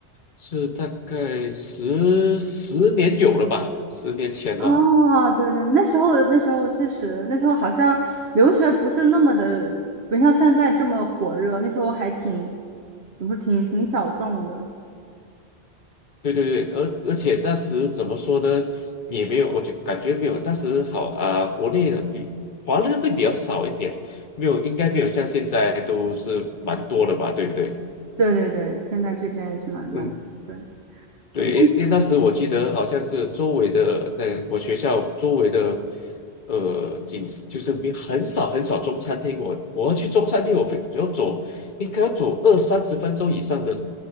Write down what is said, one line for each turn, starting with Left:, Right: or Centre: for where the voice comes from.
Left: 是大概十十年有了吧，十年前哦。
Right: 哦，对对，那时候那时候确实，那时候好像留学不是那么的，不像现在这么火热，那时候还挺，怎么说，挺挺小众的。
Left: 对对对，而而且那时怎么说呢，也没有，我就感觉没有那时好啊、国内的比华人会比较少一点，没有，应该没有像现在都是蛮多的吧，对不对？
Right: 对对对，现在这边也是蛮蛮，
Left: 嗯，
Right: 对，
Left: 对，
Right: 对
Left: 因因为那时我记得好像是周围的，那我学校周围的，呃，景色就是没很少很少中餐厅，我我要去中餐厅，我非要走应该要走二三十分钟以上的